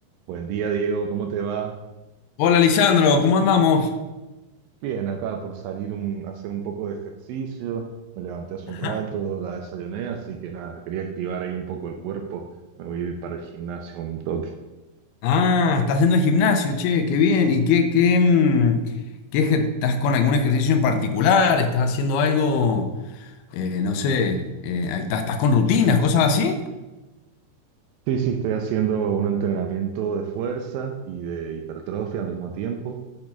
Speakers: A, on the right; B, on the left.
A: Buen día, Diego, ¿cómo te va?
B: Hola, Lisandro, ¿cómo andamos?
A: Bien, acá por salir un, a hacer un poco de ejercicio. Me levanté hace
B: Ajá.
A: un rato, la desayuné, así que nada, quería activar ahí un poco el cuerpo. Me voy a ir para el gimnasio un toque.
B: Ah, estás yendo al gimnasio, che, qué bien. ¿Y qué, qué, mm, qué ejer- estás con algún ejercicio en particular? ¿Estás haciendo algo, eh, no sé, eh, ahí estás, estás con rutinas, cosas así?
A: Sí, sí, estoy haciendo un entrenamiento de fuerza y de hipertrofia al mismo tiempo.